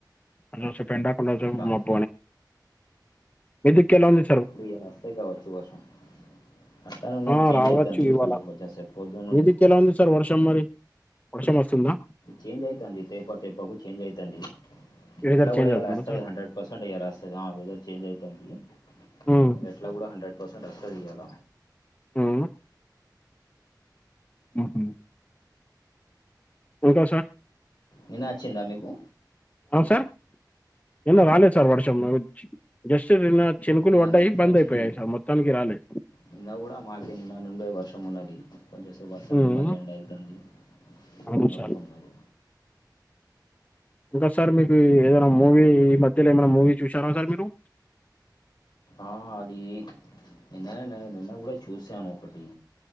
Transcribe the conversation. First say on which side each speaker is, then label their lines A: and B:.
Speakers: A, on the left; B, on the left.
A: అదిసపు ఎండాకుండా
B: అట్లా
A: మబ్బు మీ దిక్కు ఎలావుంది
B: ఇయ్యాల అస్తది కావచ్చు వర్షం అట్లానే ఉన్నది
A: ఆ
B: చేంజ్
A: రావచ్చు
B: అవుతుంది
A: ఇవాళ
B: కొంచెం కొంచెం సేపు పొద్దున నుండి
A: మీదిక్కు ఎలా ఉంది సార్ వర్షం మరి వర్షం మస్తుందా
B: చేంజ్ అయితంది తేపా తేపాకు చేంజ్ అయితంది
A: వెదర్
B: ఎట్లా
A: చేంజ్
B: కూడా ఇయాల
A: అవుతుందా
B: వస్తది
A: సార్
B: హండ్రెడ్ పర్సెంట్ ఇయల వస్తది వెదర్ చేంజ్ అయితుంది
A: ఉమ్,
B: వాళ్ ఎట్లా కూడా హండ్రెడ్ పర్సెంట్ వస్తది ఇయ్యాల
A: హుమ్ ఒకే ఇంకోసా
B: నిన్న అచ్చిందా మీకు
A: అవున్ సార్ నిన్న రాలే సార్ వర్షం జస్ట్ నిన్న చినుకులు
B: నిన్న
A: పడ్డాయి
B: నైట్లా
A: బంద్
B: అచ్చింది
A: అయిపోయాయి సార్ మొత్తానికి రాలేదు
B: నిన్న కూడా మాకే నిన్న నుండే వర్షం మొత్తం ఉన్నది కొంచెంసేపు వస్తుంది
A: ఉమ్,
B: మళ్ళీ ఎండ ఎళ్తుంది
A: అవును
B: నిన్న
A: సార్
B: గూడా ఉన్నది
A: ఇంకా సార్ మీకు ఏదైనా మూవీ మధ్యలో ఏమైనా మూవీ చూసారా సార్ మీరు
B: ఆ అది నిన్ననే నిన్న గూడ చూసాను ఒకటి